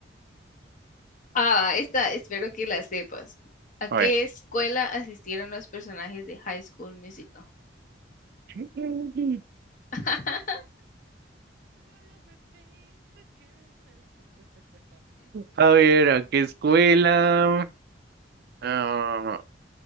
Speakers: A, on the left; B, on the right.
A: ah, va, esta espero que la sepas. ¿A
B: a
A: qué
B: ver.
A: escuela asistieron los personajes de High School Musical?
B: <laughs>
A: <laughs>
B: A ver, ¿a qué escuela? Ah,